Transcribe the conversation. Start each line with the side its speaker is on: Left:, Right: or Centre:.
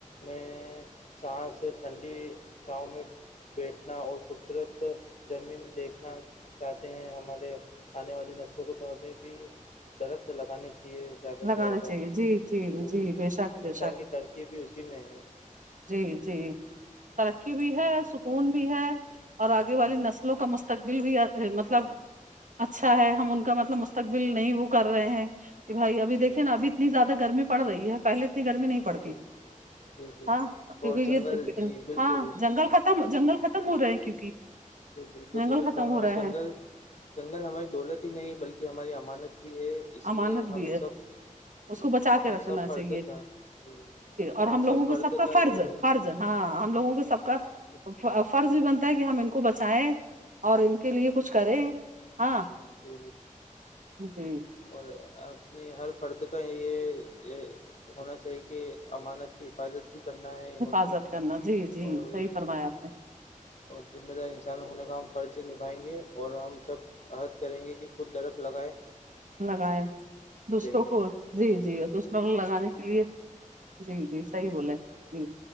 Left: میں سس ٹھنڈی چھاؤں میں بیٹھنا اور خوبصورت زمین دیکھنا چاہتے ہیں ہمارے آنے والی نسلوں کو تو ہمیں بھی درخت لگانی چاہیے زیادہ
Right: لگانا
Left: سے زیادہ
Right: چاہیے جی جی
Left: کیونکہ
Right: جی بے شک بے
Left: انسان
Right: شک
Left: کی ترجیب بھی اسی میں ہے
Right: جی جی ترقی بھی ہے سکون بھی ہے اور آگے
Left: جی
Right: والی نسل لو کا مستقبل بھی مطلب اچھا ہے ہم ان کا مطلب مستقبل نہیں وہ کر رہے ہیں بھائی ابھییکے
Left: جی
Right: نا اب اتنی زیادہ گرمی پڑ رہی ہے پہل اتنی گرمی نہیں پڑتی
Left: جی
Right: تھی
Left: جی
Right: ہاں کیونکہ
Left: اور جنگل
Right: یہ
Left: جی بالکل
Right: ہاں جنگل ختم جنگل ختم ہو رہے ہیں کیونکہ
Left: جی بالکل
Right: جنگل
Left: درست
Right: ختم
Left: فرما
Right: ہو رہے
Left: جنگل
Right: ہیں
Left: جنگل ہماری دولت ہی نہیں بلکہ ہماری امانت بھی ہے اس
Right: امانت
Left: لیے ہم
Right: بھی ہے
Left: سب
Right: اس
Left: جی
Right: کو بچا کے
Left: ہم
Right: رکھنا
Left: سب فرد
Right: چاہیے
Left: کا جی
Right: اور
Left: ہم
Right: لوگوں
Left: سب
Right: کو
Left: فرد کا
Right: فرض
Left: یہ
Right: فرض ہاں ہم لوگوں کے سب کا
Left: جی
Right: فرض بھی بنتا ہے کہ ہم ان کو بچائیں اور ان کے لیے کچھ کریں ہاں
Left: جی
Right: جی
Left: اور اپنی ہر فرد کا یہ ہونا چاہیے کہ امانت کی حفاظت بھی کرنا ہے انہوں
Right: حفاظت
Left: کی
Right: کرنا جی جی
Left: اور
Right: صحیح فرمایا آپ
Left: اور ذمہ دار انسان ہونے کا ہم فرض نبھائیں گے اور ہم سب عہد کریں گے کہ خود درخ لگائے
Right: لگائے دوسروں
Left: گے
Right: کو جی جی دوسروں کو لگانے کے لیے جی جی صحیح بولے جی